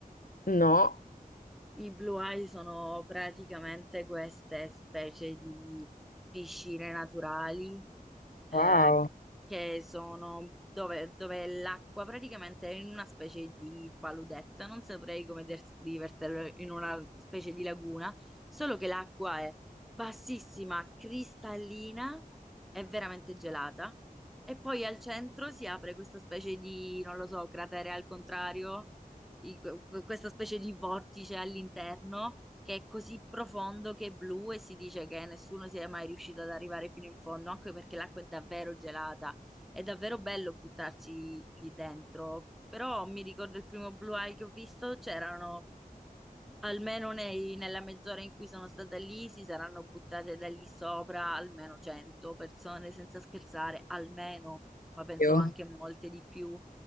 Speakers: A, on the left (about 65°); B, in the centre.
A: No,
B: I blue eye sono praticamente queste specie di piscine naturali eh,
A: wow,
B: che sono dove, dove l'acqua praticamente è in una specie di paludetta, non saprei come descrivertelo, in una specie di laguna, solo che l'acqua è bassissima, cristallina e veramente gelata. E poi al centro si apre questa specie di, non lo so, cratere al contrario i- que- questa specie di vortice all'interno che è così profondo che è blu e si dice che nessuno sia mai riuscito ad arrivare fino in fondo, anche perché l'acqua è davvero gelata. È davvero bello buttarsi lì dentro. Però mi ricordo il primo Blue Eye che ho visto, c'erano Almeno nei- nella mezz'ora in cui sono stata lì si saranno buttate da lì sopra almeno 100 persone, senza scherzare, almeno, ma penso
A: Dio,
B: anche molte di più.